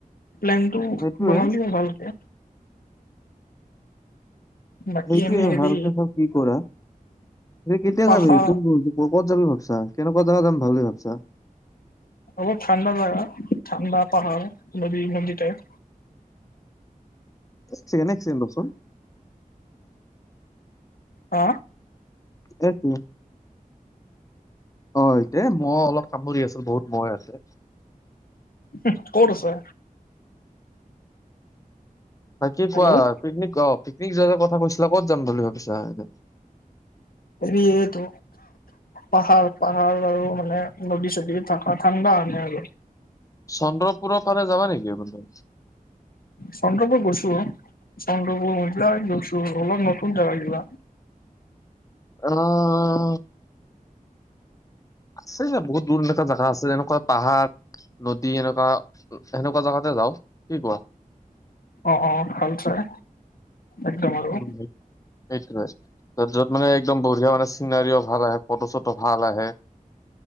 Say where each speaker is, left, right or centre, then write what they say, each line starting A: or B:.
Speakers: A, on the left; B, on the left.
A: প্লেনটো
B: সেইটোয়ে
A: বনালি হ'ল ভালকে। বাকী
B: সেইটোৱে
A: এনে হেৰি
B: ভালকে চব কি কৰা? এই কেতিয়া
A: পাহাৰ
B: যাবি কোন ক'ত যাবি ভাবছা কেনেকুৱা জাগা যাম বুলি ভাবছা?
A: অলপ ঠাণ্ডা জাগা ঠাণ্ডা পাহাৰ নদী, নদী টাইপ।
B: <unintelligible>
A: হা?
B: সেটোৱে অ ইতে মই অলপ কাম কৰি আছো বহুত বয় আছে।
A: হুহ, ক'ত আছে?
B: কি
A: হেল্ল'
B: কোৱা পিকনিক অ পিকনিক যোৱা কথা কৈছিলা ক'ত যাম বুলি ভাবিছা এনে?
A: হেৰি এইটো পাহাৰ পাহাৰ আৰু মানে নদী চদী থাকা ঠাণ্ডা হেনে আৰু।
B: চন্দ্ৰপুৰৰ ফালে যাবা নেকি <unintelligible>
A: চন্দ্ৰপুৰ গৈছো অ, চন্দ্ৰপুৰ মহিলা গৈছো অলপ নতুন জেগাত কিবা?
B: আহ। আছে বহুত দূৰ এনেকুৱা জেগা আছে যেনেকুৱা পাহাৰ নদী এনেকুৱা সেনেকুৱা জাগাতে যাও কি কোৱা?
A: অহ অহ ভাল চাই। একদম আৰু
B: <unintelligible> সেইটোয়ে য'ত মানে একদম বঢ়িয়া মানে চিনাৰিও ভাল আহে ফটো চটো ভাল আহে।